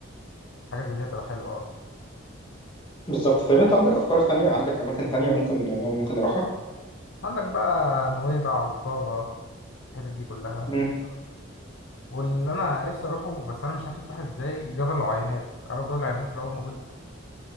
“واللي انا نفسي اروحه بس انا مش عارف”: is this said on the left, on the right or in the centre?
Left